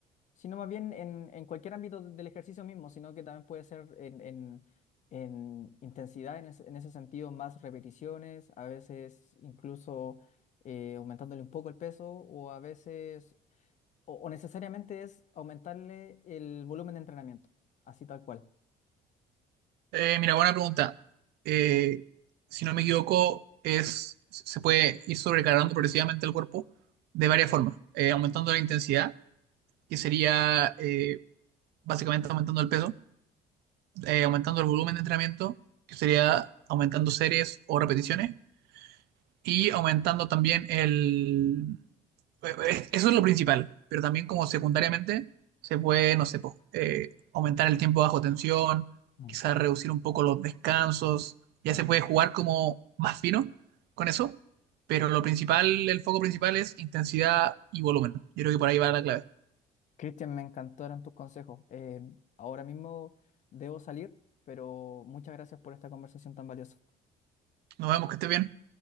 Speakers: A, on the left; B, on the right.
A: sino más bien en, en cualquier ámbito del ejercicio mismo, sino que también puede ser en, en- en intensidad, en ese, en ese sentido, más repeticiones, a veces incluso eh, aumentándole un poco el peso o a veces, o, o necesariamente es aumentarle el volumen de entrenamiento, así tal cual.
B: Eh, mira, buena pregunta. Eh, si no me equivoco, es, se puede ir sobrecargando progresivamente el cuerpo de varias formas. Eh, aumentando la intensidad, que sería eh, básicamente aumentando el peso, eh, aumentando el volumen de entrenamiento, que sería aumentando series o repeticiones, y aumentando también el... es- Eso es lo principal, pero también como secundariamente se puede, no sé, po, eh, aumentar el tiempo bajo tensión,
A: Mm.
B: quizás reducir un poco los descansos, ya se puede jugar como más fino con eso, pero lo principal, el foco principal es intensidad y volumen. Yo creo que por ahí va la clave.
A: Cristian, me encantaron tus consejos. Eh, ahora mismo debo salir, pero muchas gracias por esta conversación tan valiosa.
B: Nos vemos, que esté bien.